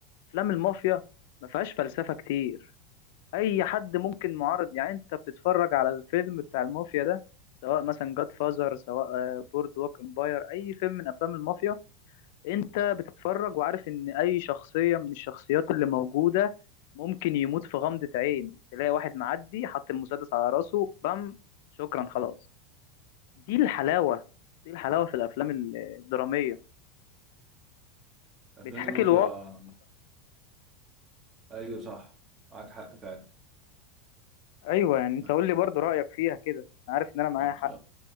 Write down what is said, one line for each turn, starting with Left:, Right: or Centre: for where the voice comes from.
Left: افلام المافيا ما فيهاش فلسفة كتير اي حد ممكن معارض يعني انت بتتفرج على الفيلم بتاع المافيا ده سواء مثلا جاد فازر سواء بورد ووك امباير اي فيلم من افلام المافيا انت بتتفرج وعارف ان اي شخصية من الشخصيات اللي موجودة ممكن يموت في غمضة عين تلاقي واحد معدي حط المسدس على راسه بام شكرا خلاص دي الحلاوة دي الحلاوة في الأفلام الدرامية
Right: افلام
Left: بتحكي
Right: المافيا
Left: الواقع
Right: ايوه صح معاك حق فعلا
Left: أيوة يعني
Right: <laughs>
Left: أنت
Right: ما
Left: قول لي برضو رأيك فيها كده أنا عارف إن أنا معايا
Right: ما-
Left: حق